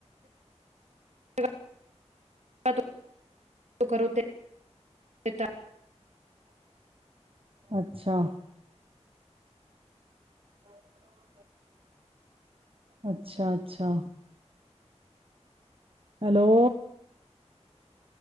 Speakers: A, on the right; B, on the right.
A: ਜਗ੍ਹਾ ਕਰੋ ਤੇ, ਕਰੋ ਤਾਂ, ਟਾ
B: ਅੱਛਾ। <unintelligible> ਅੱਛਾ-ਅੱਛਾ। ਹੈਲੋ।